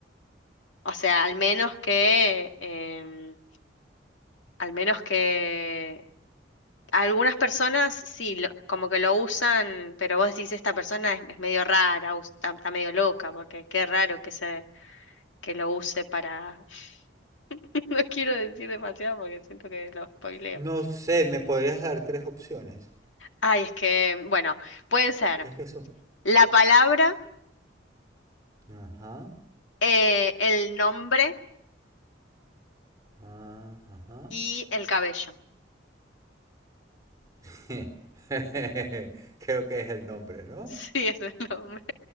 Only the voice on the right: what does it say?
no sé, ¿me podrías dar tres opciones?
Es que eso.
Ajá,
ah, ajá.
<laughs> Creo que es el nombre, ¿no?